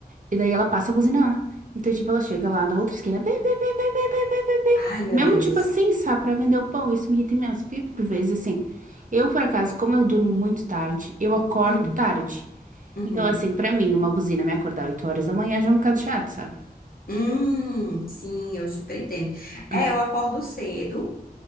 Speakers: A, on the right; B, on the left.
A: E daí ela passa a buzinar. Então, tipo, ela chega lá na outra esquina. "Bê, bê, bê, bê, bê, bê, bê, bê, bê".
B: ai, meu
A: Mesmo
B: Deus.
A: tipo assim, sabe, pra vender o pão. Isso me irrita imenso. Porque por vezes, assim, eu, por acaso, como eu durmo muito tarde, eu acordo
B: Uhum,
A: tarde.
B: uhum.
A: Então, assim, pra mim, uma buzina me acordar 8 horas da manhã já é um bocado chato, sabe?
B: Hum, sim, eu super entendo.
A: Ah,
B: É, eu acordo cedo.